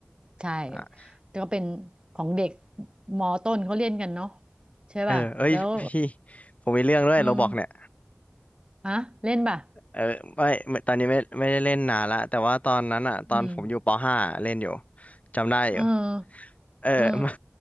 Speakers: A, on the right; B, on the left.
A: ใช่
B: อ่า
A: แต่ก็เป็นของเด็กมอต้นเขาเล่นกันเนาะใช่ป่ะแล้ว
B: เออเอ้ยพี่ผมมีเรื่องด้วยโรบอกเนี่ย
A: อืมฮะเล่นป่ะ
B: เออไม่ไม่ตอนนี้ไม่ไม่ได้เล่นนานละแต่ว่าตอนนั้นอ่ะตอนผมอยู่ปห้าเล่นอยู่
A: อืม
B: จำได้อยู่
A: เออ
B: เออ
A: เออ
B: <laughs> มัน